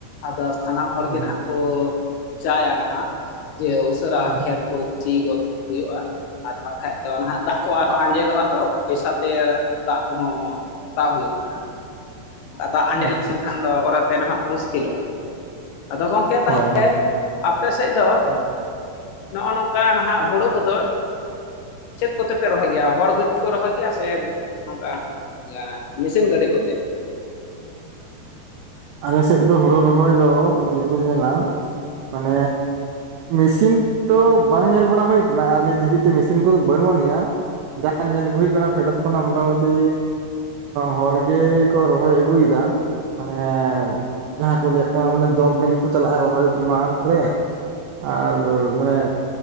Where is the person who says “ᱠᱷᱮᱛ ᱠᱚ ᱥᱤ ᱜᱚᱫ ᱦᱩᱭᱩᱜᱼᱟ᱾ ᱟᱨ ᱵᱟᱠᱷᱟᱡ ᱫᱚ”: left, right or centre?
Left